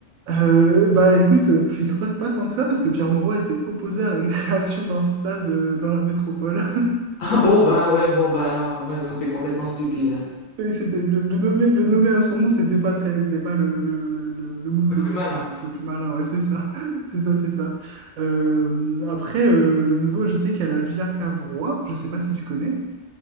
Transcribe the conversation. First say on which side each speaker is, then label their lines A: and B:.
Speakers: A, on the right (about 80°); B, on the left (about 75°).
A: Euh, bah écoute, euh, figure-toi que pas tant que ça, parce que Pierre Moreau était opposé à la <laughs> création d'un stade euh, dans la métropole.
B: Ah bon, bah ouais, bon, bah alors, ouais, non, c'est complètement stupide. hein.
A: Oui, C'était le, le nommer, le nommer à son nom, c'était pas très, c'était pas le, le, le, le- le move
B: Le
A: le
B: plus
A: plus
B: malin.
A: smart, le plus malin, ouais, c'est ça, <laughs> c'est ça, c'est ça. Euh, après, euh, de nouveau, je sais qu'il y a la Villa Cavrois, je sais pas si tu connais.